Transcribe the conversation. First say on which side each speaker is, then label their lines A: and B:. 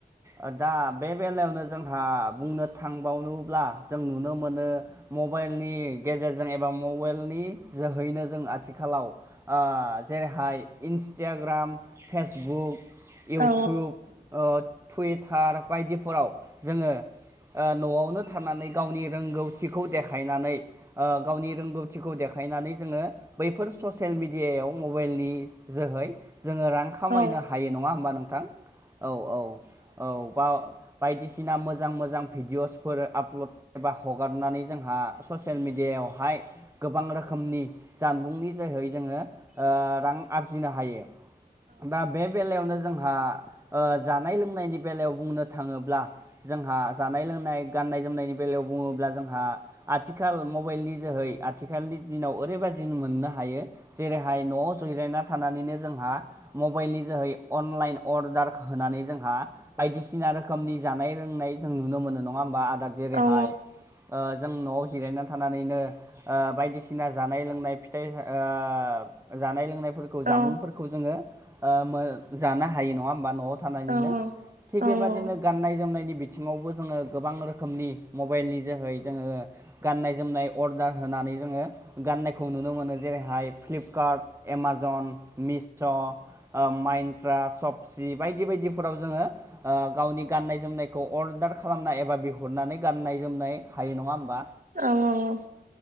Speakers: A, on the right; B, on the right.
A: ओ दा बे बेलायावनो जोंहा बुंनो थांबावनोब्ला जों नुनो मोनो मबा मबाइलनि गेजेरजों एबा मबाइलनि जोहैनो जों आथिखालाव जेरैहाय इन्स इन्सटाग्राम फेसबुक इउटुब
B: औ
A: टुइटार बायदिफोराव जोङो ओ न'आवनो थानानै गावनि रोंगौथिखौ देखायनानै ओ गावनि रोंगौथिखौ देखायनानै जोङो बैफोर ससियेल मेडियायाव मबाइलनि जोहै जोङो रां खामायनो
B: औ
A: हायो नङा होमबा नोंथां औ औ औ बा बायदिसिना मोजां मोजां भिडिअ'सफोर आपल'ड एबा हगारनानै जोंहा ससियेल मिडिया यावहाय गोबां रोखोमनि जानबुंनि जोहै जोङो ओ रां आरजिनो हायो दा बे बेलायावनो जों जोंहा ओ जानाय लोंनायनि बेलायाव बुंनो थाङोब्ला जोंहा जानाय लोंनाय गानाय जोमनायनि बेलायाव बुङोब्ला जोंहा आथिखाल मौ मबाइलनि जोहै आथिखालनि दिनाव ओरैबायदि मोननो हायो जेरैहाय न'आव जिरायना थानानैनो जोंहा मबाइलनि जोहै अनलाइन अर्डार होनानै जों बायदिसिना रोखोमनि जानाय रोंनाय जों नुनो मोनो नङा होमबा जेरैहाय
B: औ
A: ओ जों न'आव जिरायनानै थानानैनो ओ बायदिसिना जानाय लोंनाय फिथाइ ओ जानाय -लोंनाय फोरखौ जामुं
B: औ
A: फोरखौ जोङो ओ मो जानो हायो नङा होनबा नआव थानानैनो
B: मबाइल
A: थिक बेबायदि गाननाय जोमनाय नि बिथिंङावबो जोङो गोबां रोखोमनि मबाइल नि जोहै जोंङो गाननाय जोमनाय अर्डार होनानै जोङो गाननायखौ नुनो मोनो जेरैहाय फ्लिपकार्ट एमाजन मिस' ओ माइन्त्रा सबस बायदि बायदिफोराव जोङो ओ गावनि गाननायनायखौ अरदार खालामनाय एबा बिहरनानै गानो गाननाय जोमनाय हायो नङा होमबा
B: औ औ औ